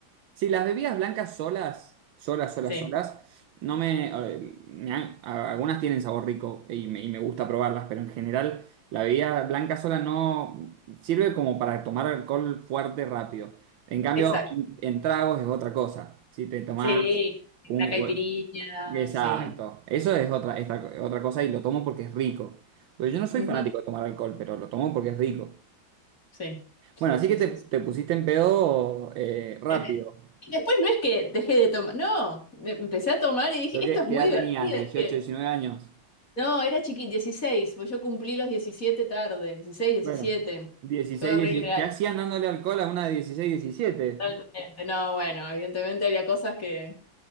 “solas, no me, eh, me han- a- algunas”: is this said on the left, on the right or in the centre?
Right